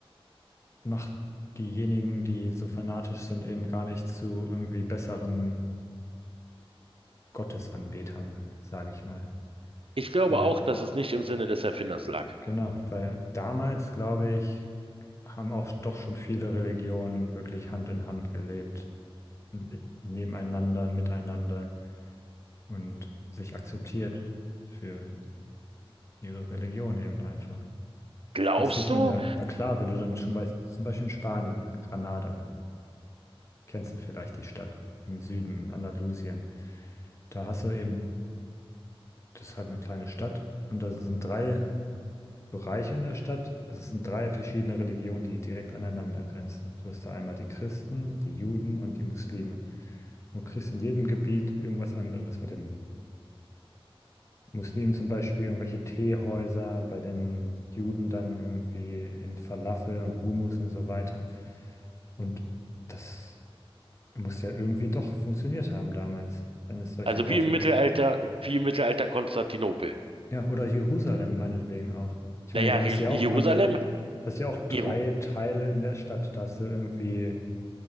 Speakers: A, on the left; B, on the right.
A: macht diejenigen, die so fanatisch sind, eben gar nicht zu irgendwie besseren Gottesanbetern, sage ich mal.
B: Ich glaube
A: Weil
B: auch, dass es nicht im Sinne des Erfinders lag.
A: Genau, weil damals, glaube ich, haben auch doch schon viele Religionen wirklich Hand in Hand gelebt, n- äh, nebeneinander, miteinander und sich akzeptiert für ihre Religion eben einfach.
B: Glaubst
A: Das sieht
B: du?
A: man ja, na klar, wenn du dann schon bei, zum Beispiel in Spanien, Granada, kennst du vielleicht die Stadt im Süden, in Andalusien, da hast du eben, das ist halt eine kleine Stadt und da sind drei Bereiche in der Stadt. Also Es sind drei verschiedene Religionen, die direkt aneinander grenzen. Du hast da einmal die Christen, die Juden und die Muslime. Und du kriegst in jedem Gebiet irgendwas anderes. Bei den Muslimen zum Beispiel irgendwelche Teehäuser, bei den Juden dann irgendwie in Falafel und Hummus und so weiter. Und das muss ja irgendwie doch funktioniert haben damals, wenn es solche
B: Also
A: Orte
B: wie im Mittelalter,
A: gibt.
B: wie im Mittelalter Konstantinopel.
A: Ja, oder Jerusalem meinetwegen auch. Ich
B: Naja,
A: meine, da
B: Re-
A: hast du ja
B: Jerusalem,
A: auch alle, das ist ja auch drei
B: Jeru
A: Teile in der Stadt. Da hast du irgendwie